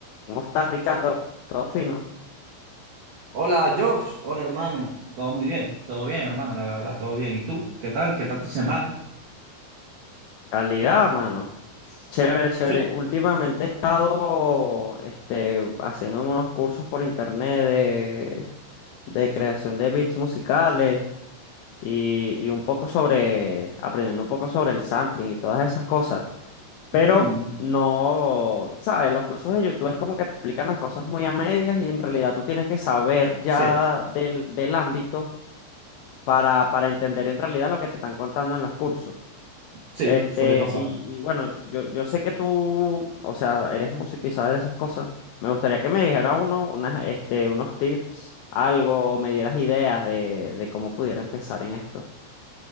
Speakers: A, on the left (about 85°); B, on the right (about 85°).
A: ¿Cómo estás, Ricardo? ¿Todo fino?
B: Hola, Josh. Hola, hermano. Todo muy bien. Todo bien, hermano, la verdad, todo bien. ¿Y tú? ¿Qué tal? ¿Qué tal tu semana?
A: Calidad, mano. Chévere, chévere.
B: Sí,
A: Últimamente he estado este, haciendo unos cursos por internet de, de creación de beats musicales y, y un poco sobre, aprendiendo un poco sobre el sampling y todas esas cosas. Pero
B: Mm,
A: no, ¿sabes? Los cursos de YouTube es como que te explican las cosas muy a medias y en realidad tú tienes que saber ya
B: sí,
A: del, del ámbito para, para entender en realidad lo que te están contando en los cursos.
B: sí,
A: Este,
B: suele pasar.
A: y, y bueno, yo, yo sé que tú, o sea, eres músico y sabes de esas cosas. Me gustaría que me dijeras uno, unas, este, unos tips, algo, o me dieras ideas de, de cómo pudiera empezar en esto.